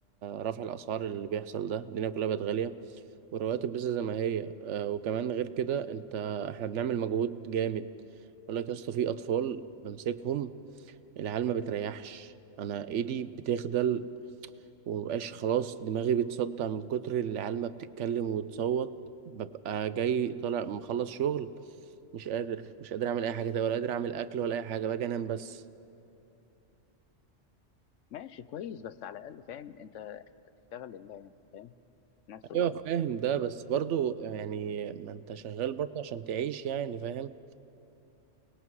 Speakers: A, on the right; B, on the left.
A: رفع الاسعار اللي بيحصل ده الدنيا كلها بقت غالية والرواتب لسه زي ما هي آه، وكمان غير كده انت احنا بنعمل مجهود جامد يقول لك يا اسطى في اطفال بمسكهم العيال ما بتريحش انا ايدي بتخدل ومبقاش خلاص دماغي بتصدع من كتر العيال ما بتتكلم وتصوت ببقى جاي طالع مخلص شغل مش قادر مش قادر اعمل اي حاجه تانية ولا قادر اعمل اكل ولا اي حاجه باجي انام بس
B: ماشي كويس بس على الاقل فاهم انت أنت بتشتغل لله يعني فاهم في نفس الوقت
A: ايوه فاهم ده بس برضو يعني ما انت شغال برضو عشان تعيش يعني فاهم